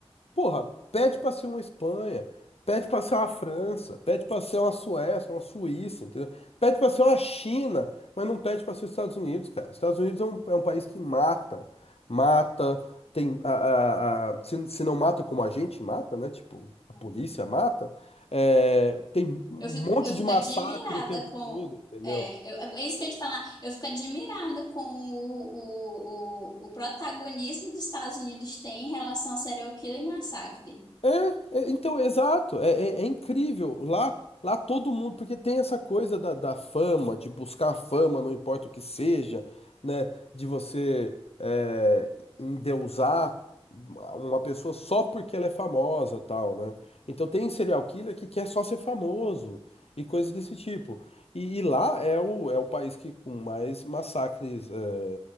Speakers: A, on the left; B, on the left.
A: Porra, pede pra ser uma Espanha, pede pra ser uma França, pede pra ser uma Suécia, uma Suíça, entendeu? Pede pra ser uma China, mas não pede pra ser os Estados Unidos, cara. Os Estados Unidos é um, é um país que mata, mata, tem a, a- a- se, se não mata como a gente mata, né? Tipo, a
B: Uhum.
A: polícia mata, é, tem um monte
B: Eu fico, eu fico
A: de massacre
B: admirada
A: o tempo
B: com.
A: todo, entendeu?
B: É, eu- é isso que eu ia te falar. Eu fico admirada com o, o, o, o protagonismo que os Estados Unidos têm em relação a serial killer e massacre.
A: É, é, então, exato, é, é- é incrível. Lá, lá todo mundo, porque tem essa coisa da, da fama, de buscar fama, não importa o que seja, né? De você é, endeusar uma uma pessoa só porque ela é famosa, tal, né? Então tem serial killer que quer só ser famoso e coisas desse tipo. E, e lá é o, é o país que com mais massacres, é,